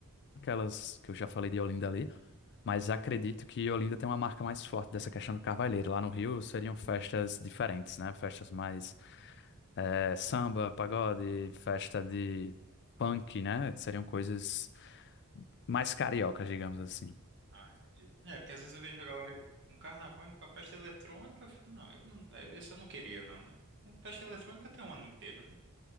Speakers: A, on the left; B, on the right.
A: aquelas que eu já falei de Olinda ali, mas acredito que Olinda tem uma marca mais forte dessa questão do carvalheiro. Lá no Rio seriam festas diferentes, né? Festas mais eh, samba, pagode, festa de punk, né? Seriam coisas mais cariocas, digamos assim.
B: Ah, entendi. É, porque às vezes eu vejo a galera no carnaval indo pra festa eletrônica, eu fico, não, eu não, eu- esse eu não queria, não, né? Festa eletrônica tem um ano inteiro, né?